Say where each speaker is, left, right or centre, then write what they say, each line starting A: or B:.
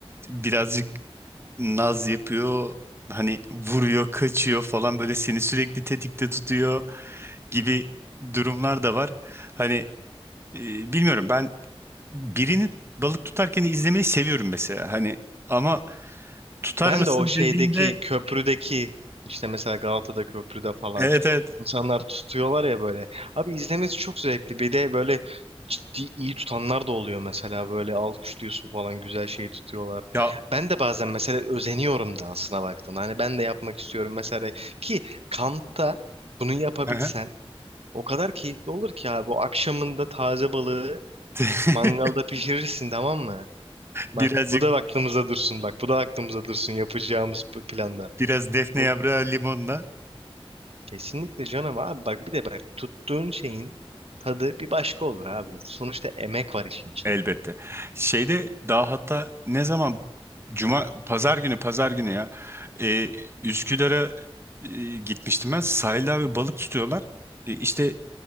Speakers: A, on the right (about 25°); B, on the right (about 75°).
A: birazcık naz yapıyor hani vuruyor kaçıyor falan böyle seni sürekli tetikte tutuyor gibi durumlar da var. Hani e, bilmiyorum ben birini balık tutarken izlemeyi seviyorum mesela. Hani ama tutar
B: Ben
A: mısın
B: de o şeydeki
A: dediğinde
B: köprüdeki işte mesela Galata'da köprüde falan
A: evet evet
B: insanlar tutuyorlar ya böyle. Abi izlemesi çok zevkli. Bir de böyle ciddi iyi tutanlar da oluyor mesela böyle alkışlıyorsun falan güzel şeyi tutuyorlar.
A: ya
B: Ben de bazen mesela özeniyorum da aslına baktım. Hani ben de yapmak istiyorum mesela ki kampta bunu yapabilsen
A: aha.
B: o kadar keyifli olur ki abi. O akşamında taze balığı
A: <laughs>
B: mangalda pişirirsin tamam mı? Bak
A: birazcık
B: bu da aklımıza dursun bak bu da aklımıza dursun yapacağımız bu planda.
A: biraz defne
B: Onu
A: yaprağı limonla
B: kesinlikle canım abi bak bir de bak tuttuğun şeyin tadı bir başka olur abi. Sonuçta emek var işin içinde.
A: elbette. Şeyde daha hatta ne zaman Cuma pazar günü pazar günü ya e, Üsküdar'a e, gitmiştim ben sahilde abi balık tutuyorlar. E, işte